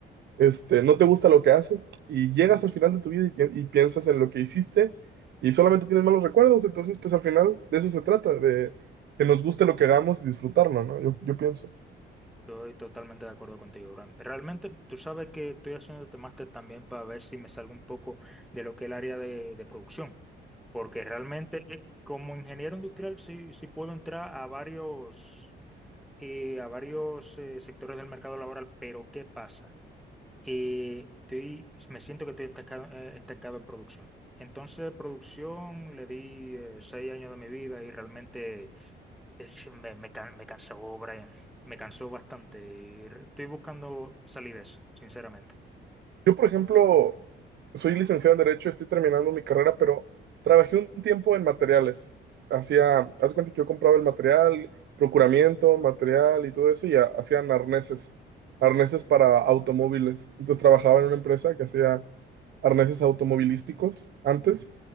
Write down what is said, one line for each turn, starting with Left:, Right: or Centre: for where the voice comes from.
Right: este, no te gusta lo que haces y llegas al final de tu vida y, y piensas en lo que hiciste y solamente tienes malos recuerdos, entonces pues al final de eso se trata, de que nos guste lo que hagamos y disfrutarlo, ¿no? Yo, yo pienso.
Centre: Estoy totalmente de acuerdo contigo, Bram. Realmente, tú sabes que estoy haciendo este máster también para ver si me salgo un poco de lo que es el área de, de producción. Porque realmente, como ingeniero industrial, sí, sí puedo entrar a varios, eh, a varios eh, sectores del mercado laboral. Pero, ¿qué pasa? Y estoy, me siento que estoy estancado, eh, estancado en producción. Entonces, producción le di eh, seis años de mi vida y realmente es- me, me, can- me cansó, Brian. Me cansó bastante. Y re- estoy buscando salir de eso, sinceramente.
Right: Yo, por ejemplo, soy licenciado en Derecho, estoy terminando mi carrera, pero trabajé un tiempo en materiales. Hacía, haz de cuenta que yo compraba el material, procuramiento,
Centre: Ujú,
Right: material y todo eso, y ha- hacían arneses, arneses para automóviles. Entonces trabajaba en una empresa que hacía arneses automovilísticos antes.